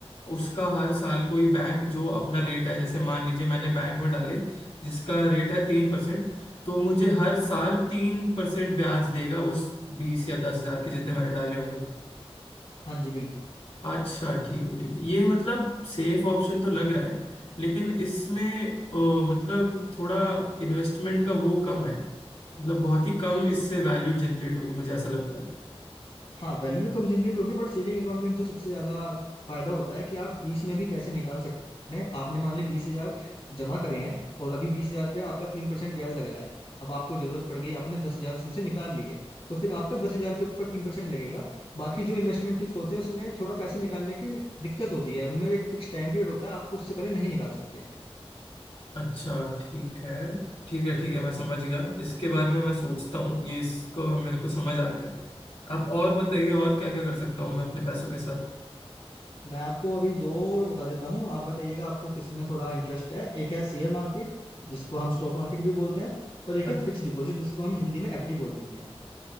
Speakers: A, on the left; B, on the left.
A: उसका हर साल कोई बैंक जो अपना रेट है जैसे मान लीजिए मैंने बैंक में डाले जिसका रेट है तीन परसेंट तो मुझे हर साल तीन परसेंट ब्याज देगा उस बीस या दस हजार के जितने मैंने डाले होंगे
B: हाँ जी बिल्कुल
A: अच्छा ठीक है ठीक है ये मतलब सेफ ऑप्शन तो लग रहा है लेकिन इसमें अ, मतलब थोड़ा इन्वेस्टमेंट का वो कम है मतलब बहुत ही कम इससे वैल्यू जनरेट होगी मुझे ऐसा लगता है
B: हाँ वैल्यू कम जनरेट होगी बट सेविंग अकाउंट में जो सबसे ज्यादा फायदा होता है कि आप बीच में भी पैसे निकाल सकते हैं आपने मान ली बीस हजार जमा करे हैं और अभी बीस हजार पे आपका तीन परसेंट ब्याज लग रहा है अब आपको जरूरत पड़ गई आपने दस हजार उसमें से निकाल लिए तो फिर आपका दस हजार के ऊपर तीन परसेंट लगेगा बाकी जो इन्वेस्टमेंट टिप्स होते हैं उसमें थोड़ा पैसे निकालने की दिक्कत होती है उनमें एक फिक्स टाइम पीरियड होता है आपको उससे पहले नहीं निकाल सकते
A: अच्छा ठीक है ठीक है ठीक है मैं समझ गया इसके बारे में मैं सोचता हूँ ये इसको मेरे को समझ आ गया है आप और बताइए और क्या क्या कर सकता हूँ मैं अपने पैसों के साथ
B: मैं आपको अभी दो और बता देता हूँ आप बताइएगा आपको किस में थोड़ा इंटरेस्ट है एक है शेयर मार्केट जिसको हम स्टॉक मार्केट भी बोलते हैं और एक
A: अच-
B: है फिक्स्ड डिपॉजिट जिसको हम हिंदी में एफडी बोल देते हैं